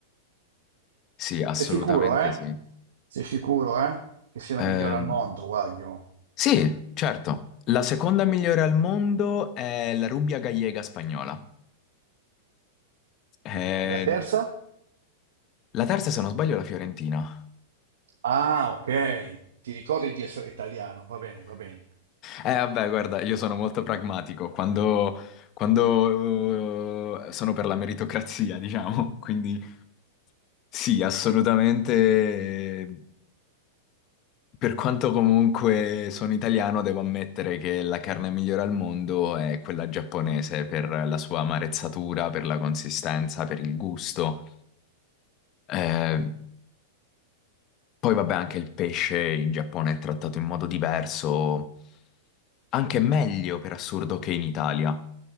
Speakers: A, on the left; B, on the right.
A: sì, assolutamente
B: Sei sicuro, eh?
A: sì.
B: Sei sicuro, eh? Che sia la
A: Ehm,
B: migliore al mondo, Wagyu.
A: sì, certo. La seconda migliore al mondo è la Rubbia Gallega spagnola. Eh,
B: Mm. E la terza?
A: la terza, se non sbaglio, è la Fiorentina.
B: Ah, ok. Ti ricordi di essere italiano? Va bene, va bene.
A: Eh, vabbè, guarda, io sono molto pragmatico quando, quando eh, sono per la meritocrazia, diciamo, <laughs> quindi sì, assolutamente. eh, Per quanto comunque sono italiano, devo ammettere che la carne migliore al mondo è quella giapponese per la sua amarezzatura, per la consistenza, per il gusto. Eh, poi vabbè, anche il pesce in Giappone è trattato in modo diverso. Anche meglio per assurdo che in Italia,